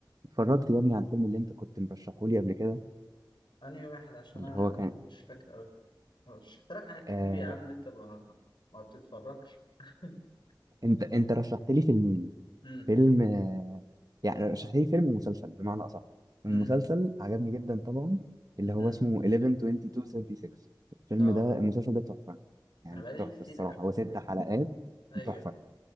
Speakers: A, on the right (about 50°); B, on the left (about 80°).
A: اتفرجت يا ابني على الفيلم اللي انت كنت مرشحه لي قبل كده
B: أنهي واحد عشان
A: اللي
B: أنا
A: هو كان
B: مش فاكر أوي شفت لك حاجات كتير
A: آه
B: يا عم أنت ما ما بتتفرجش <laughs>
A: انت انت رشحت لي فيلمين
B: امم
A: فيلم آه يعني رشحت لي فيلم ومسلسل بمعنى اصح
B: امم
A: المسلسل عجبني جدا طبعا اللي هو
B: امم
A: اسمه 11/22/36 الفيلم
B: لا
A: ده المسلسل ده تحفة يعني
B: أنا بقالي
A: تحفة
B: كتير
A: الصراحة
B: أ-
A: هو ست حلقات
B: أيوه
A: تحفة